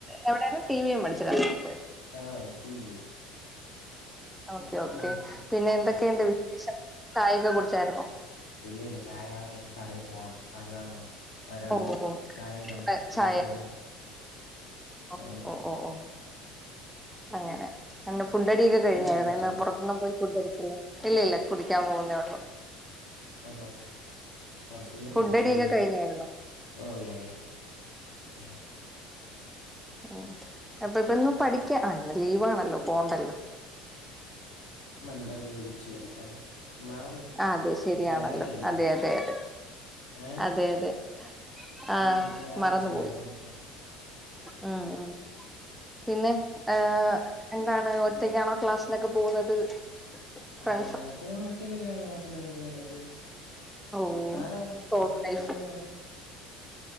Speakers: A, in the centre; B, on the left (about 75°).
A: എവിടെയാണ് ടി വി എം അടിച്ച് കറങ്ങാൻ
B: ആ ടി വിയും
A: ഓക്കെ ഓക്കെ
B: ഉം ഉം
A: പിന്നെ
B: ഉം
A: എന്തൊക്കെയ്ണ്ട്
B: ഉം
A: വിശേഷം ചായൊക്കെ കുടിച്ചായിര്ന്നോ
B: ഇല്ല ഇല്ല ചായ വാങ്ങാൻ ഇനി കടയിൽ പോണം പാല് വാങ്ങണം വരണം
A: ഓ ഓ
B: ചായ ഇടണം
A: ഇവിടെ
B: കുടിക്കണം
A: ചായ ഓ
B: ഉം
A: ഓ ഓ അങ്ങനെ എ ഫുഡടിയൊക്കെ കഴിഞ്ഞായിര്ന്നു
B: താൻ ചായ കുടിച്ചോ
A: ഇന്ന് പുറത്ത്ന്ന് പോയി ഫുഡടിച്ചില്ലെ ഇല്ലില്ല കുടിക്കാൻ പോകുന്നെ ഒള്ളു
B: ആന്നോ പൊറത്തിന്ന്
A: ഫുഡടിയൊക്കെ
B: <unintelligible> ടിച്ച്
A: കഴിഞ്ഞായിരുന്നോ
B: ഓ യായാ യാ
A: ഓ അപ്പൊ ഇപ്പന്ന് പഠിക്കാൻ ഇന്ന് ലീവ് ആണല്ലോ പോണ്ടല്ലോ <inaudible>
B: <unintelligible> മറന്നു
A: അതെ ശരിയാണല്ലോ
B: ഇന്ന് ഞായറല്ലയോ
A: അതെ അതെ അതെ
B: ഏഹ്
A: അതെ അതെ ആ
B: ഉം ഇന്ന് ഞായറാഴ്ച്ചല്ലേ
A: മറന്നുപോയി
B: അതുകൊണ്ടൊക്കെ
A: ഉം ഉം പിന്നെ ഏ എന്താണ് ഒറ്റയ്ക്കാണോ ക്ലാസ്സിനൊക്കെ പോകുന്നത് ഫ്രണ്ട്സ്
B: എ പിന്നെ ഒറ്റക്കൊക്കെയാണ് ക്ലാസ്സിനൊക്കെ പോകുന്നത്
A: ഓ
B: താനോ
A: സോളോ
B: കാസിലൊക്കെ
A: ലൈഫ്
B: പോകുന്നേ എങ്ങനെ